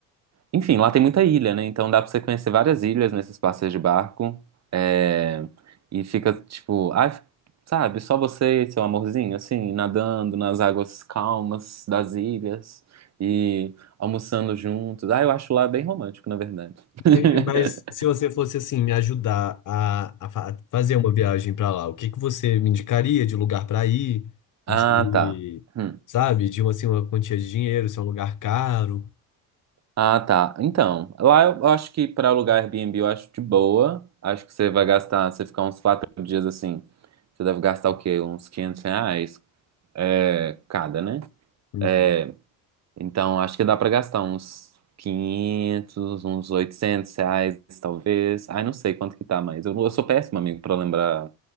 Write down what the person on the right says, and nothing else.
enfim, lá tem muita ilha, né? Então dá pra você conhecer várias ilhas nesses passeios de barco é, e fica tipo, ai, sabe, só você, e seu amorzinho, assim, nadando nas águas calmas das ilhas e almoçando juntos. Ah, eu acho lá bem romântico, na verdade. <laughs>
Ah,
tá. Hum.
Ah, tá. Então, lá eu acho que para alugar Airbnb eu acho de boa. Acho que você vai gastar, você ficar uns quatro dias assim, você deve gastar o quê? Uns 500 reais é, cada, né?
É, então, acho que dá para gastar uns 500, uns 800 reais, talvez. Ai, não sei quanto que tá, mas eu, eu sou péssimo, amigo, para lembrar